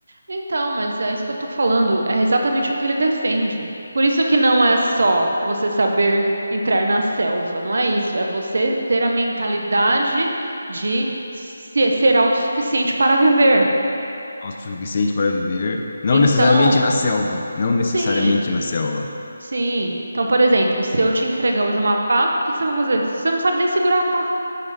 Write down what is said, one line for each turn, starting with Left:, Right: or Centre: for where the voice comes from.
Right: Então, mas é isso que eu tô falando, é exatamente o que ele defende. Por isso que não é só você saber entrar na selva, não é isso. É você ter a mentalidade de se- ser autossuficiente para viver.
Left: Alta o suficiente para viver, não
Right: Então,
Left: necessariamente na selva. Não necessariamente
Right: sim.
Left: na selva.
Right: Sim. Então, por exemplo, se eu te entregar hoje uma pá, o que que você vai fazer? Você não sabe nem segurar a pá,